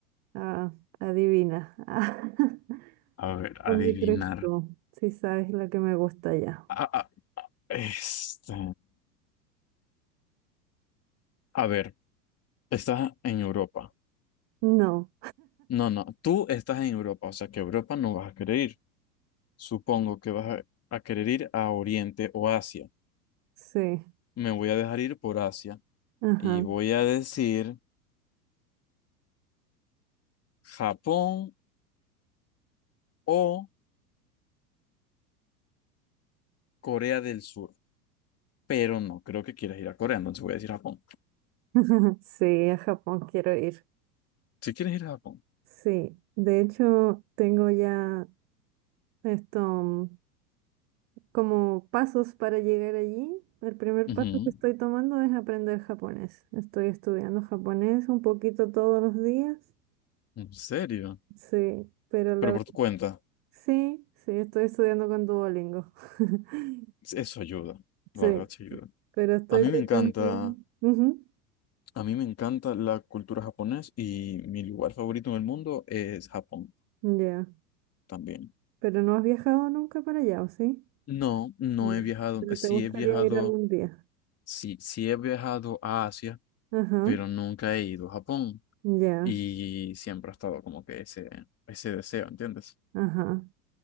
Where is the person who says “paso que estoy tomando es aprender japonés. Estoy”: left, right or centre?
Right